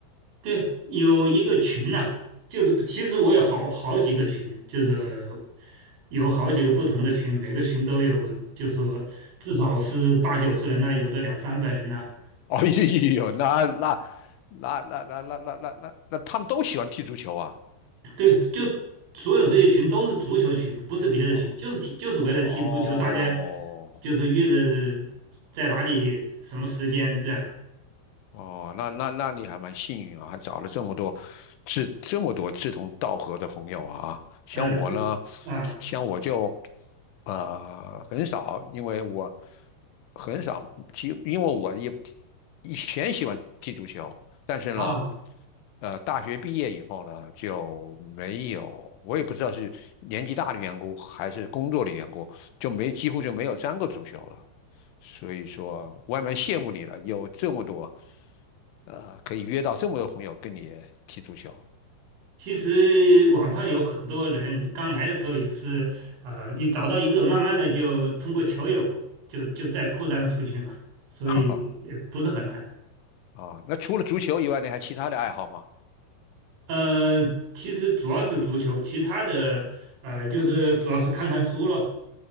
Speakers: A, on the right; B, on the left.
A: 对，有一个群呐、就是其实我有好好几个群，
B: 哦，
A: 就是有好几个不同的群，每个群都有，就是说至少是八九十人呐、有的两三百人呐、
B: <laughs> 哎呦，那那那那那那那那那那他们都喜欢踢足球啊。
A: 对，就所有这些群都是足球群，不是别的群，
B: 哦
A: 就是踢就是为了踢足球，
B: 哦。
A: 大家就是约着在哪里什么时间这样。
B: 哦，那那那你还蛮幸运啊，还找了这么多志这么多志同道合的朋友啊。像我呢，
A: 呃，是啊
B: 像我就呃很少，因为我很少踢，因为我也以前喜欢踢足球，但是呢，
A: 啊，
B: 呃，大学毕业以后呢就没有，我也不知道是年纪大的缘故还是工作的缘故，就没几乎就没有沾过足球了。所以说外面羡慕你了，有这么多，呃，可以约到这么多朋友跟你踢足球。<laughs>
A: 其实网上有很多人刚来的时候也是，呃，你找到一个，慢慢的就通过球友就就再扩张出去嘛，所以也不是很难。
B: 哈哈，啊，那除了足球以外，你还其他的爱好吗？
A: 呃，其实主要是足球，其他的呃就是主要是看看书咯。